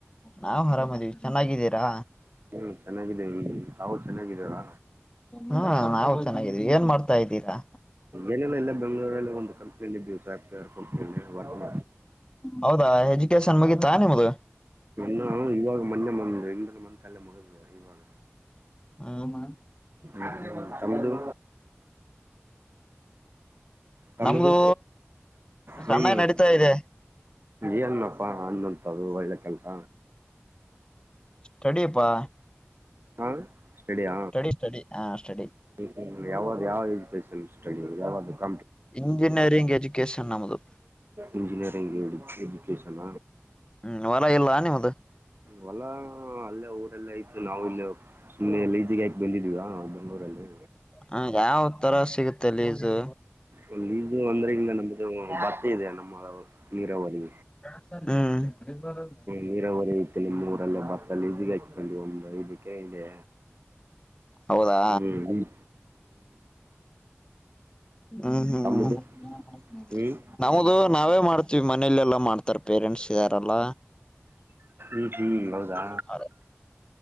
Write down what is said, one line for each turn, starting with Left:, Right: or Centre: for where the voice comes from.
Left: ನಾವು ಆರಾಮದೀವಿ ಚೆನ್ನಾಗಿದ್ದೀರಾ
Right: ಹ್ಮ್ ಚೆನ್ನಾಗಿದ್ದೇವಿ ತಾವ ಚೆನ್ನಾಗಿದ್ಯಾರ
Left: ಹಾ ನಾವು ಚೆನ್ನಾಗಿದ್ವಿ ಏನ್ ಮಾಡ್ತಾ ಇದ್ದೀರಾ
Right: ಏನಿಲ್ಲ ಇಲ್ಲ ಬೆಂಗಳೂರಲ್ಲಿ ಒಂದು ಕಂಪ್ನಿಯಲಿ ದಿವ್ಸ ಆಗ್ತದೆ ಕಂನ
Left: ಹೌದಾ ಎಜುಕೇಶನ್ ಮುಗಿತಾ ನಿಮ್ದ
Right: ನ ಇವಾಗ ಮೊನ್ನೆ ಮಂದ ಇಂದಲ ಮಲ್ಲ ಮಗದ್ ಇವಾಗ
Left: ಹೌ ಮ
Right: ಹ ಸಮದು ಕಮ್ಮದು
Left: ನಮ್ದು
Right: ಹ್ಮ್
Left: ಸಣ್ಣ ನಡೀತಾ ಇದೆ
Right: ಏನನಪ್ಪಾ ಅನ್ನಂತ ಅದು ಒಳ್ಳೆ ಕೆಲ್ಸ
Left: ಸ್ಟಡಿಪಾ
Right: ಹಾ ಸ್ಟಡಿಯ
Left: ಸ್ಟಡಿ ಸ್ಟಡಿ ಆ ಸ್ಟಡಿ
Right: ಹ್ಮ ಹ್ಮ ಯಾವ್ದ್ ಯಾವ ಎಜುಕೇಶನ್ ಸ್ಟ ಯಾವ್ದ <inaudible>
Left: ಇಂಜಿನಿಯರಿಂಗ್ ಎಜುಕೇಶನ್ ನಮ್ದು
Right: ಇಂಜಿನಿಯರಿಂಗ್ ಎಜುಕೇಶಷನ್
Left: ಹ್ಮ್ ಹೊಲ ಇಲ್ಲ ನಿಮಮ್ಮ್ದು
Right: ಹೊಲ್ಲಾ ಅಲ್ಲೇ ಊರೆಲ್ಲ ಆಯ್ತು ನಾವು ಇಲ್ಲ ಸುಮ್ಮ್ನೆ ಎಲ್ಲ ಈಜಗ ಹಾಕ್ ಬಂದಿದೀವ ನನ್ನೂರೈದು
Left: ಹ ಯಾವ ತರ ಸಿಗುತ್ತಲ್ಲಿ ಇದು
Right: ಒ ಇದು ಅಂದ್ರೆಲ್ಲ ನಮ್ದ ಬತ್ತೆ ಇದೆ ನಮ್ಮ ನೀರಾವರಿ
Left: ಹ್ಮ್
Right: ನೀರಾವರಿ ಇಐತ್ತು ನಿಮ್ಮ ಊರಲ್ಲೇ ಬತ್ತಲ್ಲಿ ಇದಗ ಹಚ್ಕೊಂಡಿ ಒಂದು ಐದಕ್ಕೆ ಇದೆ
Left: ಹೌದಾ
Right: ಹ್ಮ ಹ್ಮ್
Left: ಹ್ಮ್ ಹ್ಮ್
Right: ತಮ್ಮದು
Left: ಹ್ಮ್
Right: ಹ್ಮ್
Left: ನವುದು ಮಾಡ್ತೀವಿ ಮನೆಯಲೆಲ್ಲ ಮಾಡ್ತಾರೆ ಪೇರೆಂಟ್ಸ್ ಇದ್ದಾರೆಲ್ಲ
Right: ಈತಿ ಹೌದಾ
Left: ಹ